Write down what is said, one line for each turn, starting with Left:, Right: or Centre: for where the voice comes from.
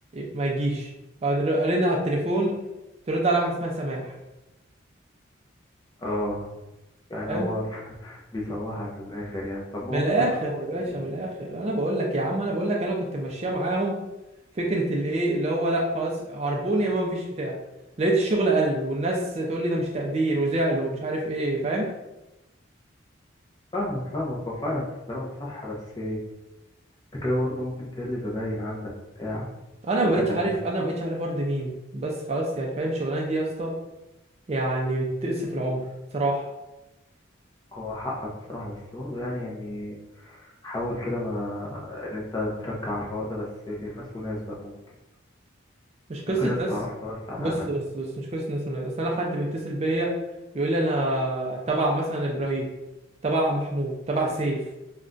Right: ما يجيش ارن على التليفون ترد على واحده اسمها سماح
Left: اه يعني
Right: فاهم
Left: هو <laughs> بيسوحك للاخر يعني طب ما
Right: من
Left: هو
Right: الاخر
Left: مهتم الاول
Right: يا باشا
Left: بيجيب
Right: من الاخر انا بقول لك يا عم انا بقول لك انا كنت ماشيه معاهم فكره الايه اللي هو لا خلاص عربون يا ما مفيش بتاع لقيت الشغل قل والناس تقول لي ده مش تقدير وزعلوا ومش عارف ايه فاهم
Left: فاهمك فاهمك هو فعلا انت كلامك صح بس انت كده برضه ممكن تقل زباين عندك وبتاع خلي
Right: انا ما
Left: بالك
Right: بقتش عارف
Left: يعني
Right: انا ما بقتش عارف ارضي مين بس خلاص يعني فاهم الشغلانه دي يا اسطى يعني بتقصف العمر بصراحه
Left: هو حقك بصراحة بس برضه يعني يعني حاول كده ما ان انت ترجع الحوار ده بس لناس وناس بقى ممكن
Right: مش قصه
Left: ممكن ناس
Right: ناس
Left: تعرفها بس على
Right: بص
Left: الاقل
Right: بص بص مش قصه ناس من العيله اصل انا حد بيتصل بيا يقول لي انا تبع مثلا ابراهيم تبع محمود تبع سيف